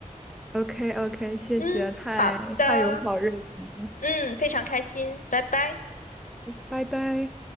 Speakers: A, in the centre; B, on the left.
A: OK OK，谢谢，
B: 嗯，
A: 太太有好日子，
B: 好的，嗯，非常开心，拜拜。
A: 拜拜。